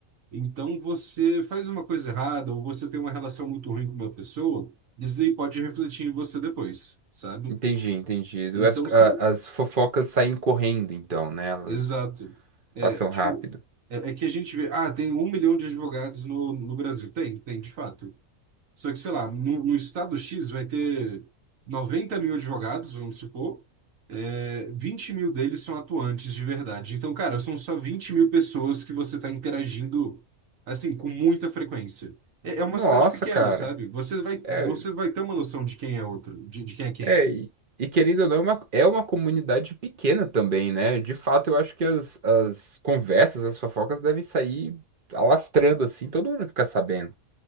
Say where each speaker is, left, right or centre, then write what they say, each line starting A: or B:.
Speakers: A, on the right; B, on the right.
A: Então, você faz uma coisa errada ou você tem uma relação muito ruim com uma pessoa, isso aí pode refletir em você depois, sabe?
B: Entendi, entendi.
A: Então,
B: As, a-
A: se
B: as fofocas saem correndo, então, né? Elas
A: Exato. É,
B: passam
A: tipo,
B: rápido.
A: é, é que a gente vê, ah, tem um milhão de advogados no, no Brasil. Tem, tem, de fato. Só que, sei lá, no, no estado X vai ter 90 mil advogados, vamos supor, é, 20 mil deles são atuantes de verdade. Então, cara, são só 20 mil pessoas que você está interagindo, assim, com muita frequência. É, é uma
B: Nossa,
A: cidade pequena,
B: cara.
A: sabe? Você vai, você
B: É,
A: vai ter uma noção de quem é outro, de, de quem é quem.
B: é, e, e querendo ou não, é uma, é uma comunidade pequena também, né? De fato, eu acho que as, as conversas, as fofocas devem sair alastrando assim, todo mundo fica sabendo.